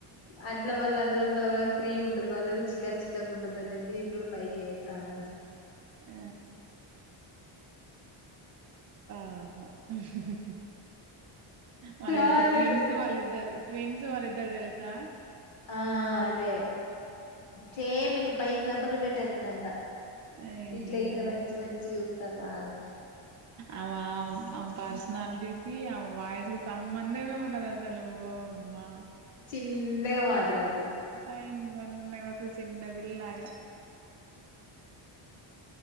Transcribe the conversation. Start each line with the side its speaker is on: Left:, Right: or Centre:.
Left: అందుల వాల్ల అందులో మళ్ళ వాళ్ళకి ఫ్రీ ఉంటది వాళ్ళ చికా చికాకు ఉండ ఆది చెప్పి నేను కూడా పైకితాను
Right: ఆ ఆ ఒక నిమిషం వాళ్ళిద్దరు
Left: రాదటలే
Right: ట్విన్స్ వాళ్ళిద్దరు ట్విన్స్ వాళ్ళిద్దరు తెలుసా
Left: ఆ అదే సేమ్ ఇంకా పైకి రాబర్లు పేటెదంట
Right: అయ్యా
Left: ఇట్లా ఇట్లా మంచి మంచి చఊపుతారు రాలడి
Right: ఆ ఆ పర్సనాలిటీకిి ఆ వాయిస్ కి సంబంధమే ఉండదు అసలు ఓ అమ్మా
Left: చిన్నగా మాట్లాడుతది
Right: సైన్ సనాకొదు చిన్న పిల్గా